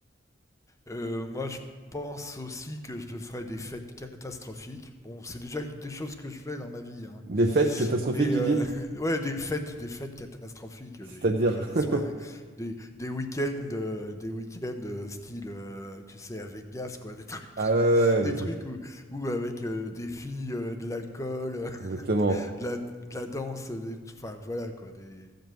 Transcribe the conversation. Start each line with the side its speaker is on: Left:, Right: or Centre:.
Left: Euh, moi, je pense aussi que je ferai des fêtes catastrophiques. Bon, c'est déjà des choses que je fais dans ma vie, hein.
Right: Des fêtes catastrophiques,
Left: Mais euh,
Right: tu dis?
Left: <laughs> ouais, des fêtes, des fêtes catastrophiques, des,
Right: C'est-à-dire.
Left: tu as des
Right: <laughs>
Left: soirées, des, des week-ends, euh, des week-ends euh, style, euh, tu sais, avec gaz, quoi, des trucs,
Right: Ah ouais, ouais,
Left: <laughs> des
Right: ouais, mais c'est...
Left: trucs où, où avec euh, des filles, euh, de l'alcool, euh,
Right: Exactement.
Left: <laughs> de la, de la danse, des, enfin voilà, quoi, des,